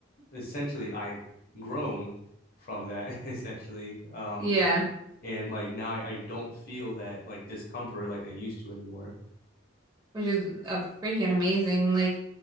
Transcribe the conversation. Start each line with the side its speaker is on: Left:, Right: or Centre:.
Left: essentially I've grown from that <laughs> essentially. Um,
Right: Yeah.
Left: and like now I, I don't feel that like discomfort like I used to anymore.
Right: which is a freaking amazing. Like,